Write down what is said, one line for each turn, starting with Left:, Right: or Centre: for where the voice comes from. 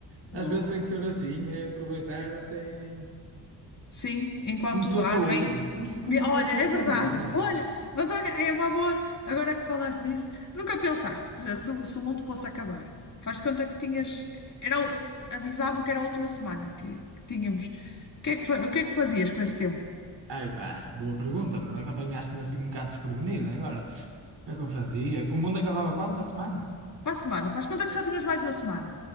Left: Boa.
Right: Às vezes tem que ser assim, é aproveitar até
Left: Sim, enquanto
Right: como se fosse
Left: dá,
Right: o
Left: não
Right: último,
Left: é?
Right: como se, como
Left: Me- Olha,
Right: se fosse
Left: é
Right: o último
Left: verdade.
Right: dia, às vezes.
Left: <laughs> Olha, mas olha, é uma boa. Agora que falaste nisso, nunca pensaste, por exemplo, se, o se o mundo fosse acabar, faz de conta que tinhas. Era, o- se- avisavam que era a última semana que, que tínhamos. O que é que, fa- o que é que fazias com esse tempo?
Right: Ai pá, boa pergunta, mas apanhaste-me assim um bocado desprevenido agora. O que é que eu fazia? O mundo acabava quando para a semana?
Left: Para a semana, faz de conta que só tinhas mais uma semana.